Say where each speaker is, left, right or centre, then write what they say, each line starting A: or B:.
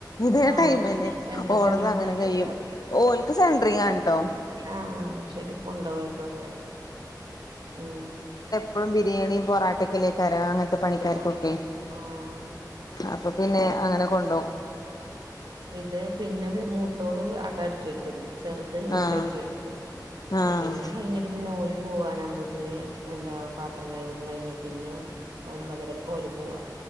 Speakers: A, on the left (about 60°); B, on the right (about 85°).
A: ഇതേ
B: ആഹ്
A: ടൈമന്നെ
B: എന്താ
A: ഓളത്
B: പണി
A: അങ്ങനെ
B: എളേക്കാക്ക്
A: കയും ഓല്ക്ക് സെൻഡ്രിങ്ങാണ് ട്ടൊ.
B: ആഹ് ശെരി കൊണ്ടെവാക്കാല്ലേ ആഹ്.
A: ഇപ്പഴും ബിരിയാണിം പൊറാട്ടെക്കെലെ തരാ അങ്ങൻത്തെ പണിക്കാർക്കൊക്കെ.
B: ആഹ് ആഹ്
A: അപ്പപിന്നെ അങ്ങനെ കൊണ്ടോവം.
B: ഇത് പിന്നെ മൂത്തോള് അക അടിച്ചാരിത്തരും ചെറുത് മിറ്റം
A: ആഹ്
B: അടിച്ചാരിത്തരും.
A: ആഹ്
B: പിന്നെ കയിഞ്ഞിട്ട് പിന്നെ ഓര് പോവാനാമ്പത്തിന് എന്താ പാത്രം കൈകലും കയിഞ്ഞാ പിന്നെ. ഒമ്പതരക്കോല് പോവാ